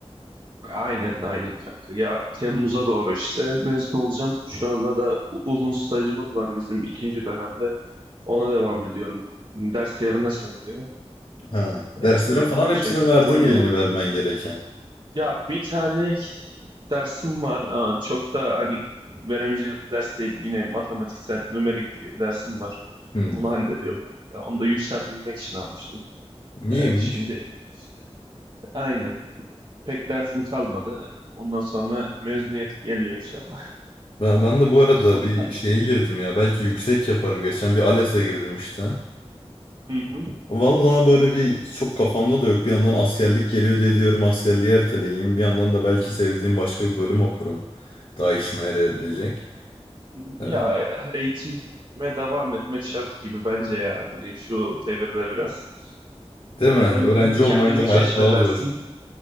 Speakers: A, on the right; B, on the left.
A: Aynen aynen kanka. Ya Temmuz'a doğru işte mezun olacağım. Şu anda da u- uzun stajımız var bizim ikinci dönemde. Ona devam ediyorum. Ders yerine sayılıyor.
B: Ha, derslerin
A: Ee, e,
B: falan
A: o
B: hepsini
A: şekilde
B: verdin
A: uygula
B: yani vermen gereken.
A: Ya bir tane dersim var ama çok da hani veremeyeceğim bir ders değil. Yine matematiksel, nümerik diye bir dersim var.
B: Hmm.
A: Onu hallediyorum kanka. Onu da yükseltmek için almıştım.
B: Neymiş?
A: Ee, şimdi işte, aynen. Pek dersim kalmadı. Ondan sonra mezuniyet geliyor inşallah.
B: Ben, ben de bu arada
A: Sonra
B: bir şeye girdim ya. Belki yüksek yaparım. Geçen bir ALES'e girdim işte.
A: hı hı.
B: Vallahi böyle bir çok kafamda da yok. Bir yandan askerlik geliyor diye diyorum askerliği erteleyeyim. Bir yandan da belki sevdiğim başka bir bölüm okurum. Daha işime yarayabilecek.
A: Ya
B: Ee,
A: eğitime devam etmek şart gibi bence ya. Hani şu devirde biraz
B: değil mi? Öğrenci
A: hem, hem kendini
B: olmayınca
A: keşfedersin
B: hayat daha zor.